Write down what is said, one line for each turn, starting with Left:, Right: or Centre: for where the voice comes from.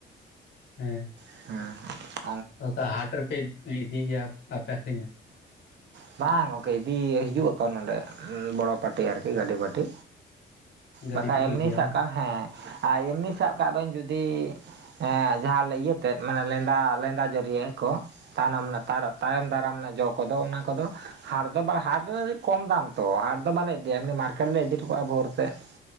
Left: ᱦᱮᱸ
Right: <inaudible>
Left: ᱫᱟᱜ ᱦᱟᱴ ᱨᱮᱯᱮ ᱤᱫᱤ ᱜᱮᱭᱟ ᱟᱨᱯᱮ ᱟᱠᱷᱨᱤᱧᱟ ᱾
Right: ᱵᱟᱝ ᱜᱚᱝᱠᱮ ᱤᱫᱤ ᱦᱤᱡᱩᱜ ᱟᱠᱚ ᱱᱚᱰᱮ ᱵᱚᱲᱚ ᱯᱟᱹᱴᱤ ᱟᱨᱠᱤ ᱜᱟᱹᱰᱤ ᱯᱟᱹᱴᱤ
Left: ᱜᱟᱹᱰᱤ
Right: ᱵᱟᱠᱷᱟᱡ
Left: ᱛᱮᱠᱚ
Right: ᱮᱢᱱᱤ
Left: ᱤᱫᱤᱭᱟ
Right: ᱥᱟᱵ
Left: ᱵᱟᱝ
Right: ᱠᱟᱜ ᱢᱮ ᱦᱮᱸ ᱾ ᱟᱨ ᱮᱢᱱᱤ ᱥᱟᱵ ᱠᱟᱜ ᱵᱮᱹᱱ ᱡᱩᱫᱤ ᱡᱟᱦᱟᱸ ᱞᱮ ᱤᱭᱟᱹ ᱠᱟᱛᱮᱫ ᱢᱟᱱᱮ ᱞᱮᱸᱫᱟ ᱞᱮᱸᱫᱟ ᱡᱟᱹᱨᱤᱭᱟᱹ ᱠᱚ ᱛᱟᱭᱱᱚᱢ ᱛᱟᱭᱚᱢ ᱫᱟᱨᱟᱢ ᱨᱮᱱᱟᱜ ᱡᱚ ᱛᱮᱫ ᱠᱚᱫᱚ ᱚᱱᱟ ᱠᱚᱫᱚ ᱦᱟᱴ ᱫᱚ ᱵᱟ ᱦᱟᱴ ᱨᱮ ᱠᱚᱢ ᱫᱟᱢ ᱛᱚ ᱦᱟᱴ ᱫᱚ ᱵᱟᱞᱮ ᱤᱫᱤᱭᱟ ᱮᱢᱱᱤ ᱢᱟᱨᱠᱮᱴ ᱞᱮ ᱤᱫᱤ ᱦᱚᱴᱚᱠᱟᱜᱼᱟ ᱵᱷᱳᱨ ᱛᱮ ᱾